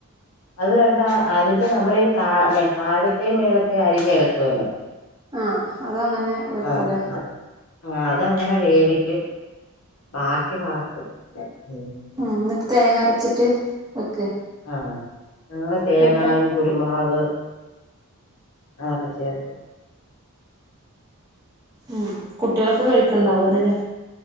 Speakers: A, on the left; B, on the right.
A: അത് വണ്ട അതിന്റെ നമ്മൾ ഈ താ മ താഴത്തെയും മേളത്തെയും അരിഞ്ഞ എടുക്കുവല്ലോ.
B: ആ അതങ്ങനെ വെക്കൂലേ
A: ആഹ ആ അതങ്ങനെ വേവിക്കും. ബാക്കി വറക്കും. ഉം
B: ഉ എന്നിട്ട് തേങ്ങരച്ചിട്ട് വെക്കൊ.
A: ആ ഞങ്ങള് തേങ്ങായും
B: കൂട്ട
A: കുരുമുളക് അതൊക്കെ ചേർക്കും.
B: ഉം കുട്ടികളൊക്കെ കഴിക്കണ്ടാവും അത് ല്ലേ.